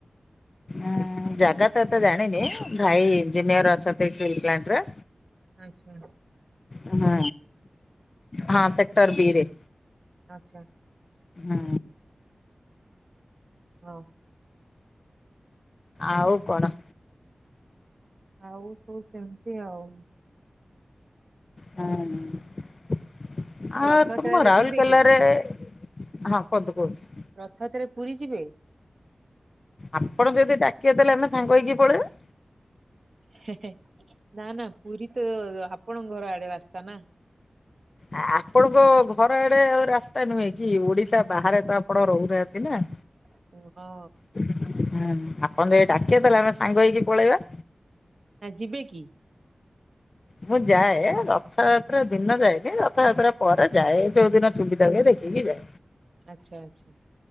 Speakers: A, on the left; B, on the right.
A: ଉଁ ଜାଗାତ ଏତେ ଜାଣିନି ଭାଇ ଇଞ୍ଜିନିୟର ଅଛନ୍ତି ଷ୍ଟିଲ୍ ପ୍ଲାଣ୍ଟ ରେ
B: ଆଛା।
A: ହୁଁ ହଁ ସେକ୍ଟର୍ ବି ରେ।
B: ଆଛା।
A: ହୁଁ।
B: ହଁ
A: ଆଉ କଣ?
B: ଆଉ ସବୁ ସେମିତି ଆଉ।
A: ହୁଁ ଆଉ
B: ରଥଯାତ୍ରାରେ
A: ତୁମ ରାଉଲକେଲାରେ
B: ଯିବେ କି?
A: ହଁ କହନ୍ତୁ କୁଅନ୍ତୁ?
B: ରଥାତ୍ରା ରେ ପୁରୀ ଯିବେ?
A: ଆପଣ ଯଦି ଡାକିବେ ତାହେଲେ ଆମେ ସାଙ୍ଗ ହେଇକି ପଳେଇବା।
B: ହେ ହେ ନା ନା ପୁରୀ ତ ଆପଣ ଘର ଆଡ଼େ ରାସ୍ତା ନା।
A: ଆ ଆପଣଙ୍କ ଘର ଆଡେ ଆଉ ରାସ୍ତା ନୁହେଁ କି ଓଡିଶା ବାହାରେ ତ ଆପଣ ରହୁନାହାନ୍ତି ନା।
B: ହୁଁ ହଁ।
A: ହୁଁ ଆପଣ ଯଦି ଡାକିଏ ତାହେଲେ ଆମେ ସାଙ୍ଗ ହେଇକି ପଳେଇବା।
B: ଆ ଯିବେ କି?
A: ମୁଁ ଯାଏ ରଥଯାତ୍ରା ଦିନ ଯାଏନି ରଥଯାତ୍ରା ପରେ ଯାଏ ଯୋଉ ଦିନ ସୁବିଧା ହୁଏ ଦେଖିକି ଯାଏ।
B: ଆଚ୍ଛା ଆଚ୍ଛା।